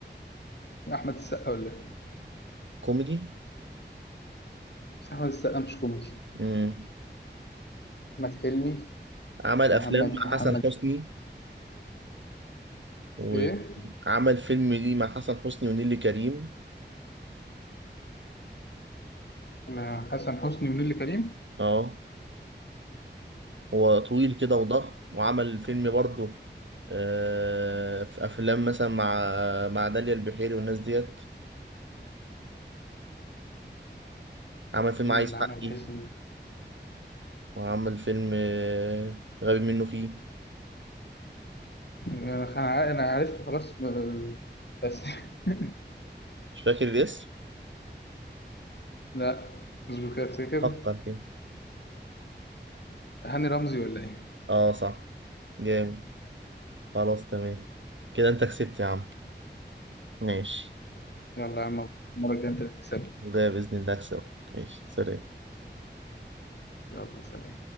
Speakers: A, on the left; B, on the right.
A: أحمد السقا ولا إيه؟
B: كوميدي
A: بس أحمد السقا مش كوميدي
B: مم.
A: أحمد حلمي
B: عمل
A: ومحمد
B: أفلام
A: محمد
B: مع حسن حسني وعمل
A: إيه؟
B: فيلم ليه مع حسن حسني ونيلي كريم
A: مع حسن حسني ونيلي كريم
B: اه هو طويل كده وضخم وعمل فيلم برضه آه، في افلام مثلا مع مع داليا البحيري والناس ديت عمل فيلم
A: مين
B: عايز
A: اللي عمل
B: حقي
A: حسن
B: وعمل فيلم آه، غبي منه فيه
A: أنا خ- أنا عرفته خلاص ب- بس <laughs>
B: مش فاكر الاسم
A: لا اصبر كده أفتكر
B: فكر كده
A: هاني رمزي ولا إيه؟
B: اه صح جامد خلاص تمام كده انت كسبت يا عم ماشي
A: يلا يا عم المرة الجاية أنت اللي تكسب
B: ده بإذن الله اكسبك ماشي سلام
A: يلا سلام